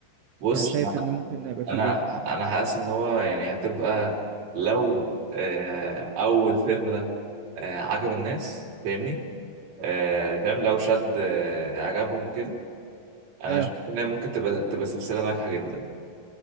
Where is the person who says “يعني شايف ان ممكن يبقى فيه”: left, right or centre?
Right